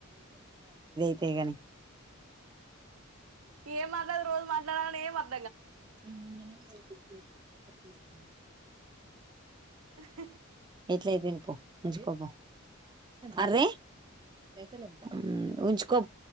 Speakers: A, on the right; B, on the right.
A: హేగాని
B: ఏం మాట్లాడ రోజు మా మాట్లాడే ఏం అర్థ
A: నేను నిన్ననే కదా బుక్ చేసినేది <unintelligible>
B: అ
A: ఎట్ల అయిదిపో ఉంచుకోపో అరే పైసలోదా ఉ ఉంచు